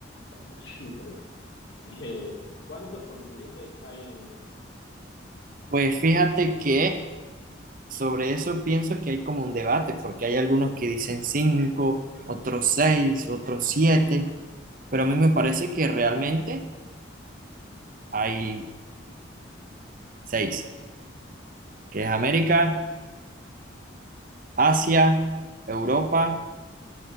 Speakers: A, on the left; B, on the right.
A: <laughs> Perdón. Eh, ¿cuántos continentes hay en el mundo?
B: Pues fíjate que Sobre eso pienso que hay como un debate, porque hay algunos que dicen cinco, otros seis, otros siete, pero a mí me parece que realmente hay seis, que es América, Asia, Europa,